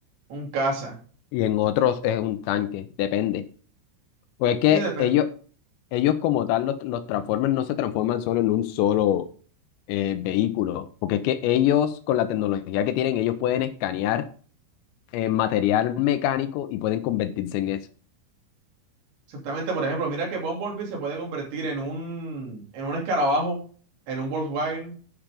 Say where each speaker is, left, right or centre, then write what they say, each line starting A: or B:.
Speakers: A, on the right; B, on the left.
A: un caza.
B: Y en otros es un tanque, depende. Pues es que
A: Sí, depende.
B: ellos, ellos como tal, los, los Transformers no se transforman solo en un solo eh, vehículo, porque es que ellos, con la tecnología que tienen, ellos pueden escanear eh, material mecánico y pueden convertirse en eso,
A: Exactamente, por ejemplo, mira que Bumblebee se puede convertir en un, en un escarabajo, en un Volkswagen,